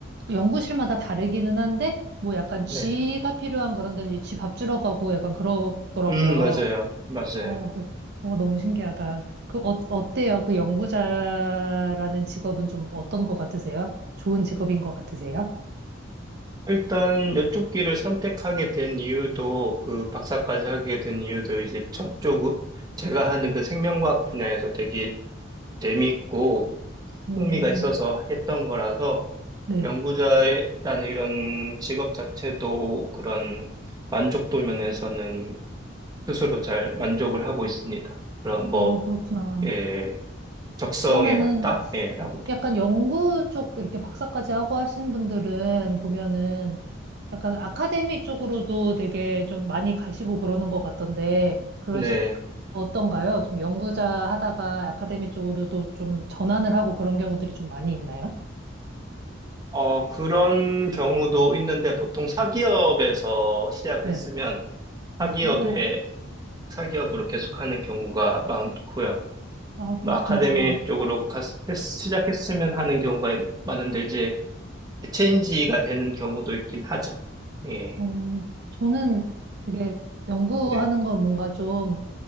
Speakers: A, on the right; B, on the right.
A: 연구실마다 다르기는 한데, 뭐 약간 쥐가
B: 네.
A: 필요한 그런 데는 이제 쥐밥 주러 가고 약간 그러더라고요.
B: 음, 맞아요. 맞아요.
A: 어, 그- 어, 너무 신기하다. 그, 어, 어때요? 그 연구자라는 직업은 좀 어떤 것 같으세요? 좋은 직업인 것 같으세요?
B: 일단 이쪽 길을 선택하게 된 이유도 그 박사까지 하게 된 이유도 이제 저쪽 제가 하는 그 생명과학 분야에서 되게 재밌고
A: 음,
B: 흥미가 있어서 했던 거라서
A: 네.
B: 연구자라는 이런 직업 자체도 그런 만족도 면에서는 스스로 잘 만족을 하고 있습니다. 그럼 뭐,
A: 어, 그렇구나.
B: 예, 적성에
A: 그러면은
B: 맞다? 예, 라고 볼
A: 약간
B: 수.
A: 연구 쪽 이렇게 박사까지 하고 하신 분들은 보면은 약간 아카데미 쪽으로도 되게 좀 많이 가시고 그러는 것 같던데, 그러
B: 네.
A: 어떤가요? 좀 연구자 하다가 아카데미 쪽으로도 좀 전환을 하고 그런 경우들이 좀 많이 있나요?
B: 어, 그런 경우도 있는데 보통 사기업에서 시작을
A: 네.
B: 했으면 사기업에,
A: 아하.
B: 사기업으로 계속하는 경우가 많고요.
A: 아,
B: 뭐
A: 그렇구나.
B: 아카데미 쪽으로 갔- 했- 시작했으면 하는 경우가 많은데 이제 체인지가 되는 경우도 있긴 하죠. 예,
A: 어, 저는 되게 연구하는
B: 네,
A: 걸 뭔가 좀